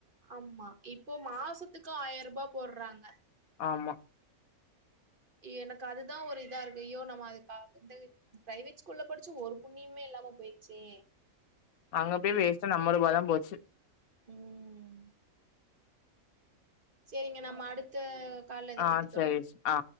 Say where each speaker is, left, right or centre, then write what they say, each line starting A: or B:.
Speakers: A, on the right; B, on the left.
A: ஆம்மா இப்போ மாசத்துக்கு ஆயிர்வா போடுறாங்க
B: ஆமா
A: எனக் அதுதா ஒரு இதா இருக்கு ஐயோ நம்ம அதுக்காத்தது பிரைவேட் ஸ்கூல்ல படிச்சு ஒரு புண்ணியமுமே இல்லாம போயிருச்சே
B: அங்க
A: அப்டின்னு
B: போய் வேஸ்டா நம்ம ரூபாதா போச்சு
A: ம் சேரிங்க நம்ம அடுத்த கால்ல இத
B: ஆ
A: பத்தி தொடர்
B: சரி ஆ